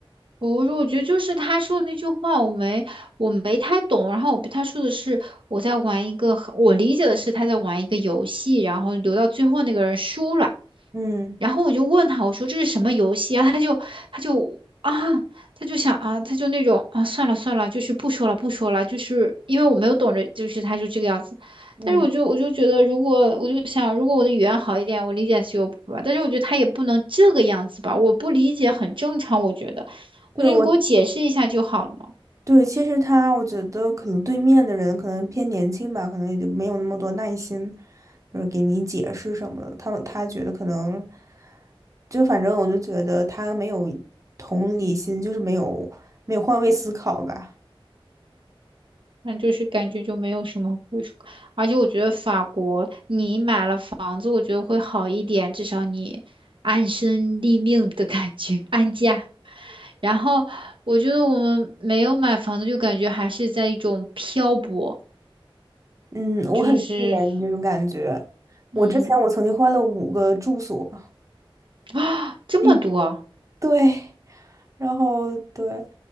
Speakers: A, on the right; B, on the right.
A: 我我觉得就是他说的那句话，我没我没太懂。然后我他说的是我在玩一个很我理解的是他在玩一个游戏，然后留到最后那个人输了。
B: 嗯
A: 然后我就问他，我说这是什么游戏啊？他就他就啊，他就想啊，他就那种啊，算了算了，就是不说了不说了，就是因为我没有懂着，就是他就这个样子。
B: 嗯。
A: 但是我就我就觉得，如果我就想，如果我的语言好一点，我理解是有谱吧。但是我觉得他也不能这个样子吧，我不理解很正常，我觉得，
B: 对，
A: 我觉得你给我解释一下就好了嘛。
B: 我对，其实他，我觉得可能对面的人可能偏年轻吧，可能也就没有那么多耐心，就是给你解释什么的。他他觉得可能，就反正我就觉得他没有同理心，就是没有没有换位思考吧。
A: 那就是感觉就没有什么归属感，而且我觉得法国你买了房子，我觉得会好一点，至少你安身立命的感觉，安家。然后我觉得我们没有买房子，就感觉还是在一种漂泊，
B: 嗯，我很自怜这种感觉。
A: 就是
B: 我之前我曾经换了五个住所，
A: 嗯啊 <gasps> 这么多，
B: <laughs> 对，然后对。